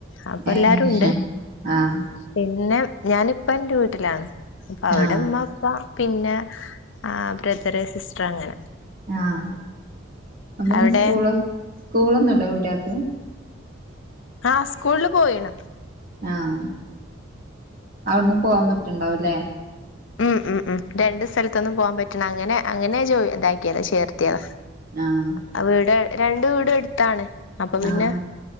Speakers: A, on the left; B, on the right.
A: അപ്പൊ
B: ഏഹ്
A: എല്ലാരും ഉണ്ട്
B: ആഹ്
A: പിന്നെ ഞാനിപ്പ എന്റെ വീട്ടിലാണ് അപ്പൊ അവിടെ
B: ആഹ്
A: ഉമ്മ അപ്പ പിന്നെ ആഹ് ബ്രദറ് സിസ്റ്റർ അങ്ങനെ
B: ആഹ് അപ്പൊന്ന്
A: അവിടെ
B: സ്കൂളോ സ്കൂളൊന്നുല്ലേ കുട്ടിയേക്ക്
A: ആഹ് സ്കൂളില് പോയിണ്
B: ആഹ് അവിടുന്ന് പോവാൻ പറ്റ്ണ്ടാവുലെ
A: ഉം ഉം ഉം രണ്ട് സ്ഥലത്ത്ന്നും പോവാൻ പറ്റ്ണെ അങ്ങനെ അങ്ങനെ ജോ ഇതാക്കിയതാ ചേർത്തിയതാ
B: ആഹ്
A: ആഹ് വീട് രണ്ട് വീടും എടുത്താണ് അപ്പൊ പിന്നെ
B: ആഹ്